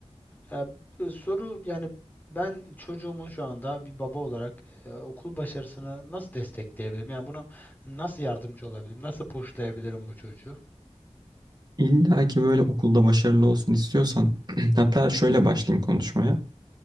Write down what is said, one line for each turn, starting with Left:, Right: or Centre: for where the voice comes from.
Left: Ee, b- soru yani ben çocuğumun şu anda bir baba olarak e, okul başarısını nasıl destekleyebilirim? Yani buna nasıl yardımcı olabilirim? Nasıl pushlayabilirim bu çocuğu?
Right: İlla ki böyle okulda başarılı olsun istiyorsan, <clears throat> hatta şöyle başlayayım konuşmaya.